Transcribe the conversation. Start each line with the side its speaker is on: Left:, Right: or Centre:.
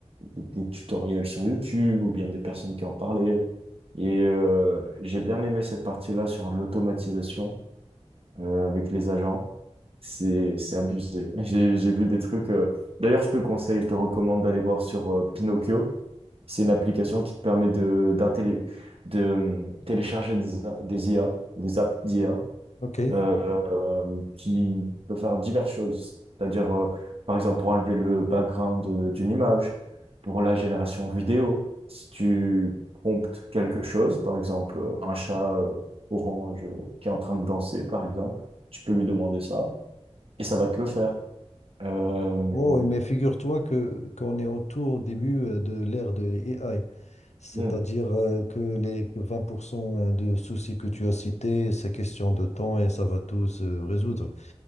Right: des tutoriels sur YouTube ou bien des personnes qui en parlaient. Et euh, j'ai bien aimé cette partie-là sur l'automatisation euh, avec les agents. C'est, c'est abusé. J'ai, j'ai vu des trucs. euh, D'ailleurs, je te conseille, je te recommande d'aller voir sur euh, Pinocchio. C'est une application qui te permet de, d'intélé- de euh, télécharger des, des IA, des apps d'IA
Left: OK.
Right: euh, euh, qui peut faire diverses choses. C'est-à-dire, euh, par exemple, pour enlever le background euh, d'une image, pour la génération vidéo, si tu promptes quelque chose, par exemple, euh, un chat euh, orange euh, qui est en train de danser, par exemple, tu peux lui demander ça et ça va te le faire. Euh,
Left: Oh, oui, mais figure-toi que qu'on est au tout au début euh, de l'ère de l'AI, c'est-à-dire
Right: mm,
Left: euh, que les 20% de soucis que tu as cités, c'est question de temps et ça va tout se résoudre.